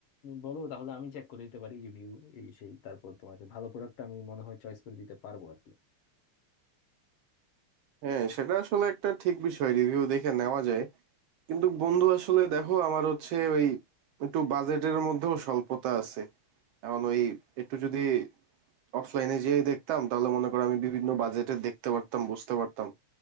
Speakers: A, on the left (about 70°); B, on the right (about 70°).
A: বলো তাহলে আমি চেক করে দিতে পারি রিভিউ এই সেই তারপর তোমাকে ভালো প্রোডাক্ট আমি মনে হয় চয়েস করে দিতে পারবো আর কি
B: হ্যাঁ সেটা আসলে একটা ঠিক বিষয় রিভিউ দেখে নেওয়া যায় কিন্তু বন্ধু আসলে দেখো আমার হচ্ছে ওই একটু বাজেটের মধ্যেও স্বল্পতা আছে এখন ওই একটু যদি অফলাইনে যেয়ে দেখতাম তাহলে মনে করো আমি বিভিন্ন বাজেটে দেখতে পারতাম বুঝতে পারতাম